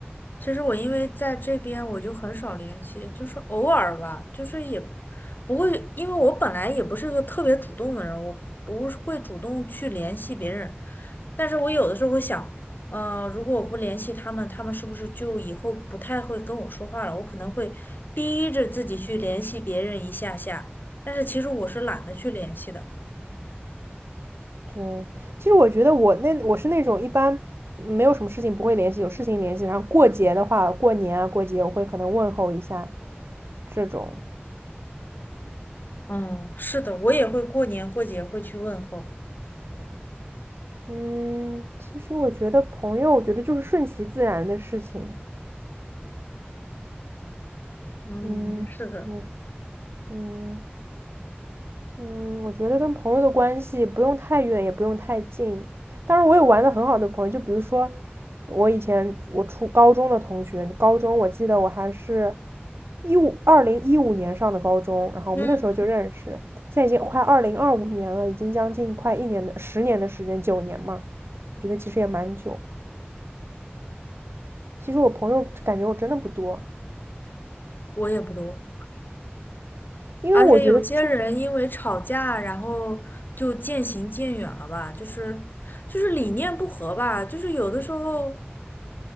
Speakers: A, on the left; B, on the right.
A: 其实我因为在这边我就很少联系，就是偶尔吧，就是也不会，因为我本来也不是个特别主动的人，我不是会主动去联系别人，但是我有的时候会想，嗯，如果我不联系他们，他们是不是就以后不太会跟我说话了？我可能会逼着自己去联系别人一下下，但是其实我是懒得去联系的。
B: 对，其实我觉得我那我是那种一般没有什么事情不会联系，有事情联系，然后过节的话，过年啊过节我会可能问候一下这种。
A: 嗯，是的，我也会过年过节会去问候。
B: 嗯，其实我觉得朋友，我觉得就是顺其自然的事情。
A: 嗯，
B: 嗯，
A: 是的，
B: 对。嗯嗯，我觉得跟朋友的关系不用太远，也不用太近。当然，我有玩的很好的朋友，就比如说我以前我初高中的同学，高中我记得我还是一五二零一五年上的高中，然后我们那时候就认识，
A: 嗯，
B: 现在已经快二零二五年了，已经将近快一年的十年的时间，九年嘛，我觉得其实也蛮久。其实我朋友感觉我真的不多，
A: 我也不多。
B: 因为我觉得这
A: 而且有些人因为吵架，然后就渐行渐远了吧，就是就是理念不合吧，就是有的时候